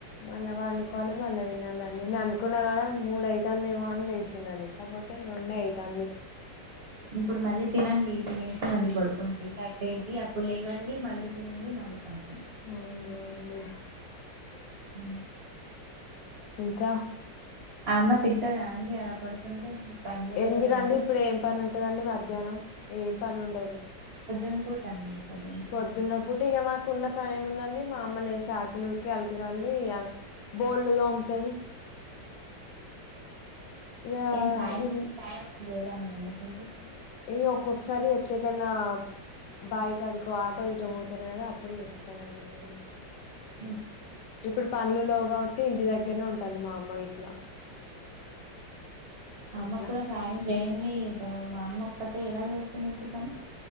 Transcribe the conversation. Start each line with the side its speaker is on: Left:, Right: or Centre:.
Left: అల్ వాళ్ళు కొల అలవన అలా నేను అనుకున్నా కడ మూడ అవుతుంది ఏమో అని లేసిినండి కాకపోతే రెండే అవుతుంది
Right: ఇప్పుడు మళ్ళీ తినండి తినేసి మళ్ళీ పడుకోండి కాతే ఇది అప్పుడు లే డి మళ్ళీ తినండి మళ్ళీ పనుక్కండి
Left: అవు అ లే
Right: అ
Left: ఇంకా
Right: అమ్మ తిట్టదా అండి అలా పడుకుంటే పని చెయ్యో
Left: ఎందుకండి
Right: ఏం చెయ్యో
Left: ఇప్పుడు ఏం పని ఉంటదండి మధ్యాహ్నం ఏం పని ఉండదు
Right: అనుకోట అండి పొద్దున పూట
Left: పొద్దున్న పుటిగా మాకు ఉన్న పైన ఏముందండి మా అమ్మలు శాకులుకి అలకిదల్లి బోలు దోముతుది ఇక
Right: ఏం సాయం
Left: ఇల్
Right: సాయం ఏం చేయరా మీ అమ్ందుకు మీరు
Left: ఏ ఒక్కొక్కసారి ఎతేటన్నా బైక్ అడుకో ఆటో ఇటో పోతారు కదా అప్పుడు చేస్తానండి నేను
Right: ఉ
Left: ఇప్పుడు పంలలో కాబట్టి ఇంటి దగ్గరనే ఉంటాలి మా అమ్మ ఇట్లా
Right: అమ్మకు
Left: అట్లా
Right: కూడా సాయం చేయండి తర్వాత మా అమ్మ పత్ర ఎలా చేసుకునిది పని